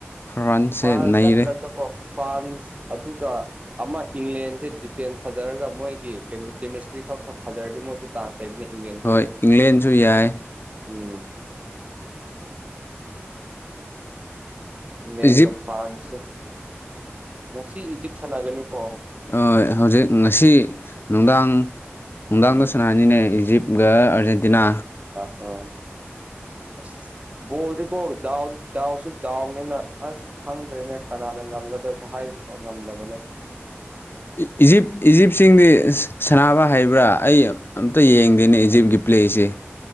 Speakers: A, on the left; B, on the right.
A: ꯐ꯭ꯔꯥꯟꯁꯁꯦ
B: ꯄꯥꯁ
A: ꯅꯩꯔꯦ
B: ꯆꯠꯇ꯭ꯔꯒꯀꯣ ꯐ꯭ꯔꯥꯟꯁ ꯑꯗꯨꯒ ꯑꯃ ꯏꯪꯂꯦꯟꯁꯦ ꯗꯤꯐꯦꯟꯁ ꯐꯖꯔꯒ ꯃꯣꯏꯒꯤ ꯀꯩꯅꯣ ꯀꯦꯃꯤꯁꯇ꯭ꯔꯤ ꯢꯐ ꯐ ꯐꯖꯔꯗꯤ ꯃꯣꯏꯁꯨ ꯆꯥꯟꯁ ꯂꯩꯕꯅꯤ ꯏꯪꯂꯦꯟ
A: ꯍꯣꯏ
B: ꯈꯣꯏꯁꯦ
A: ꯏꯪꯂꯦꯟꯁꯨ ꯌꯥꯏ
B: ꯎꯝ ꯏꯪꯂꯦꯟꯒ
A: ꯏꯖꯤꯞ
B: ꯐ꯭ꯔꯥꯟꯁ ꯁꯦ ꯉꯁꯤ ꯏꯖꯤꯞ ꯁꯥꯟꯅꯒꯅꯤꯀꯣ
A: ꯑꯣꯏ ꯍꯧꯖꯤꯛ ꯉꯁꯤ ꯅꯨꯡꯗꯥꯡ ꯅꯨꯡꯗꯥꯡꯗ
B: ꯎꯝ
A: ꯁꯅꯥꯅꯤꯅꯦ ꯏꯖꯤꯞ ꯒ ꯑꯥꯔꯖꯦꯟꯇꯤꯅꯥ
B: ꯑꯣ ꯑꯁ ꯕꯣꯜꯁꯦꯀꯣ ꯗꯥꯎ ꯗꯥꯎꯁꯤ ꯗꯥꯎꯅꯤꯅ ꯑꯁ ꯈꯪꯗ꯭ꯔꯦꯅꯦ ꯀꯅꯥꯅ ꯉꯝꯒꯗꯕꯁꯨ ꯍꯥꯏꯕꯐꯥꯎ ꯉꯝꯗꯕꯅꯦ
A: ꯏ ꯢꯖꯤꯞ ꯏꯖꯤꯞꯁꯤꯡꯗꯤ ꯁꯥꯟꯅꯕ ꯍꯩꯕ꯭ꯔꯥ ꯑꯩ ꯑꯝꯇ ꯌꯦꯡꯗꯦꯅꯦ ꯏꯖꯤꯞꯀꯤ ꯄ꯭ꯂꯦꯁꯦ